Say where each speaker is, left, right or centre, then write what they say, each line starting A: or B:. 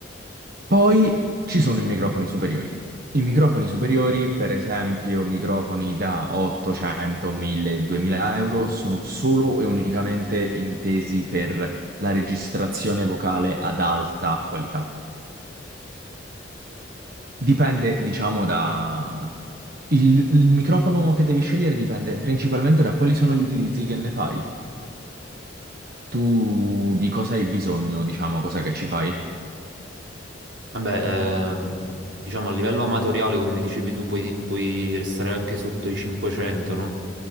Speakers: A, on the right; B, on the right.
A: Poi ci sono i microfoni superiori. I microfoni superiori, per esempio, microfoni da 800, 1000, 2000 euro, sono solo e unicamente intesi per la registrazione vocale ad alta qualità. Dipende, diciamo, da... Il, il microfono che devi scegliere dipende principalmente da quali sono gli utilizzi che ne fai. Tu di cosa hai bisogno, diciamo, cosa che ci fai?
B: Vabbè, ehm, diciamo a livello amatoriale, come dicevi tu, puoi, puoi restare anche sotto i 500, no?